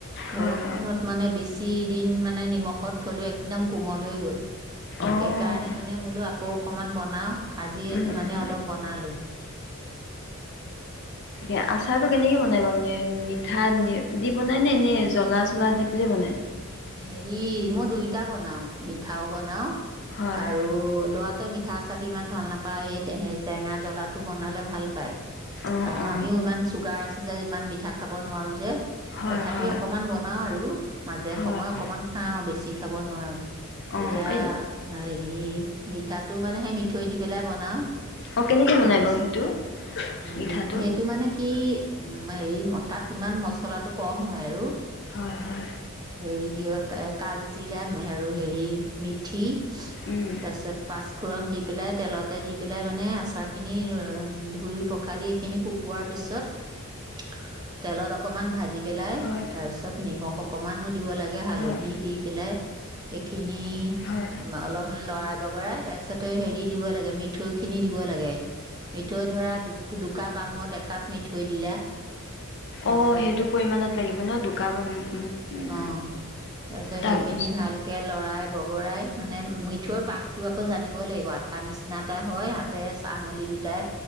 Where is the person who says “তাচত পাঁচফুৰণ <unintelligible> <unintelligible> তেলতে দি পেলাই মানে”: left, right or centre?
Right